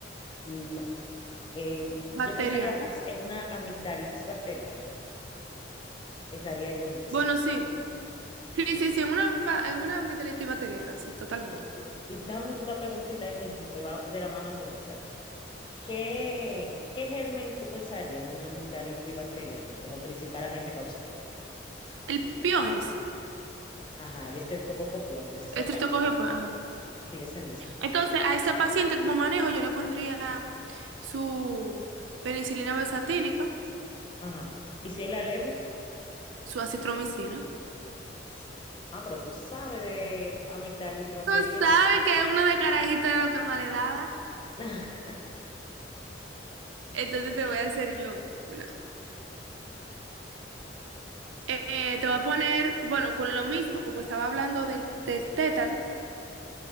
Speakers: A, on the left; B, on the right.
A: Mm, eh,
B: bacteriana.
A: yo pensaría más en una amigdalitis bacteriana. Pensaría yo más.
B: Bueno, sí. Sí, sí, sí, en una, ba- en una amígdala antibacteriana, sí, totalmente.
A: Ok. Y déjame hacerte otra preguntita ahí mismo que va de la mano con esa. ¿Qué, qué germen tú pensarías en una amigdalitis bacteriana como principal agente causal?
B: El piógenes,
A: Ajá, el estreptococo piógenes, exactamente.
B: estreptococcio, pues, ajá.
A: Sí, ese mismo.
B: Entonces, a ese paciente como manejo yo le pondría su penicilina besatínica,
A: Ajá. ¿Y si él es alérgico?
B: su acitromicina.
A: Exacto. Ah, pero tú sabes de amigdalitis bacteriana.
B: Tú sabes que una de carajito era lo que más le daba,
A: <laughs>
B: entonces te voy a hacer yo una. Eh, te voy a poner, bueno, con lo mismo, como estaba hablando del, del tétano,